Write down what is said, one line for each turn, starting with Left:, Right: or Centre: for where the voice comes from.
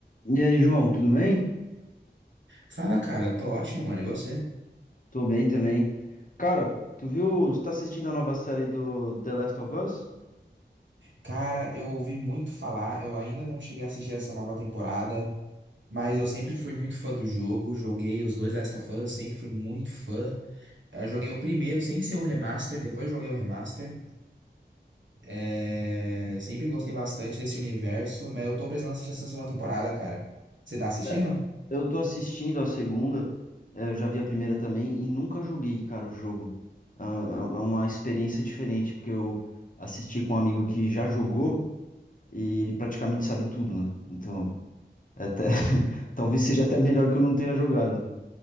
Left: E aí, João, tudo bem?
Right: Fala, cara, eu tô ótimo, mano. E você?
Left: Tô bem também. Cara, tu viu, você tá assistindo a nova série do The Last of Us?
Right: Cara, eu ouvi muito falar, eu ainda não cheguei a assistir essa nova temporada, mas eu sempre fui muito fã do jogo, joguei os dois Last of Us, sempre fui muito fã. Eu joguei o primeiro sem ser o remaster, depois joguei o remaster. É, Sempre gostei bastante desse universo, mas eu tô precisando assistir essa segunda temporada, cara. Você tá assistindo?
Left: É, Eu tô assistindo a segunda, é, eu já vi a primeira também e nunca joguei, cara, o jogo. Ah, É é uma experiência diferente, porque eu assisti com um amigo que já jogou e ele praticamente sabe tudo, né? Então, é até, <laughs> talvez seja até melhor que eu não tenha jogado.